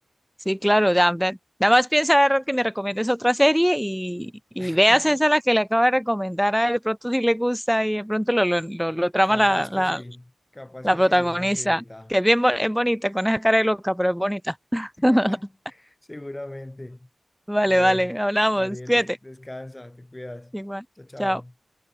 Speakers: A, in the centre; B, on the left (about 20°).
A: Sí, claro, ya, ya- Nada más piensa Errol, que me recomiendes otra serie y, y
B: <laughs>
A: veas esa la que le acabo de recomendar a él. De pronto si le gusta y de pronto lo, lo, lo- lo trama
B: Capaz
A: la,
B: que
A: la,
B: sí, capaz
A: la
B: que
A: protagonista,
B: sí, es rapidita.
A: que es bien bo- es bonita, con esa cara de loca, pero es bonita.
B: <laughs>
A: <laughs>
B: Seguramente.
A: Vale,
B: Ve,
A: vale, hablamos.
B: Marielis,
A: Cuídate.
B: descansa, te cuidas.
A: Igual.
B: Chao, chao.
A: Chao.